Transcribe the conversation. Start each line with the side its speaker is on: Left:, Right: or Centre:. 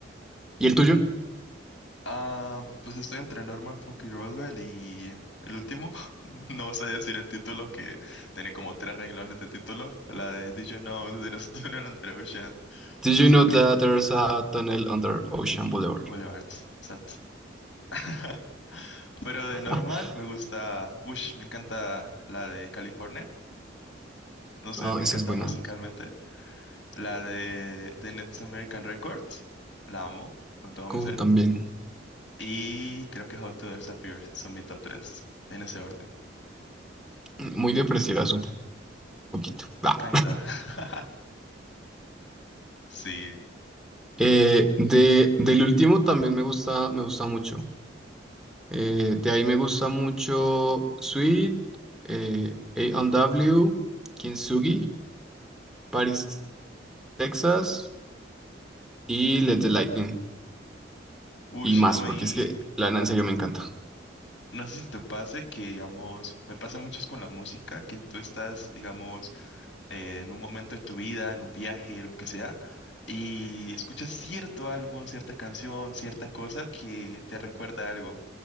Centre: ¿Y el tuyo?
Left: Mm, Ah, pues estoy entre Norman Fucking Rockwell y el último. <laughs> No vas a decir el título que tiene como tres renglones de título. La de Did You Know de nosotros en <laughs> the Ocean.
Centre: Did
Left: No
Centre: you
Left: sé
Centre: know
Left: qué.
Centre: that there's a tunnel under Ocean Boulevard?
Left: Boulevard. Sat. <laughs> Pero
Centre: <laughs>
Left: de Norman me gusta, ush, me encanta la de California. no sé,
Centre: Ah,
Left: me encanta
Centre: esa es buena.
Left: musicalmente. La de The Next American Records, la amo con todo
Centre: Como
Left: mi ser.
Centre: también.
Left: Y creo que How to Disappear son mi top 3, en ese orden.
Centre: Muy depresivas un poquito. Bah.
Left: Kinda. <laughs> Sí.
Centre: Eh, de, del último también me gusta, me gusta mucho. Eh, de ahí me gusta mucho Sweet, eh, A and W, Kintsugi, Paris, Texas y Let the Lightning.
Left: Ush,
Centre: Y más,
Left: a mí,
Centre: porque es que Lana en serio me encanta.
Left: no sé si te pase que, digamos, me pasa mucho con la música, que tú estás, digamos, eh, en un momento de tu vida, en un viaje, lo que sea, y escuchas cierto álbum, cierta canción, cierta cosa que te recuerda algo.